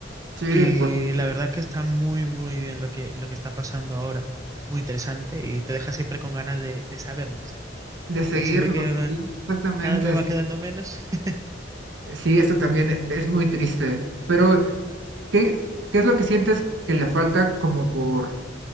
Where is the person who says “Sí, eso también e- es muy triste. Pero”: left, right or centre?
Right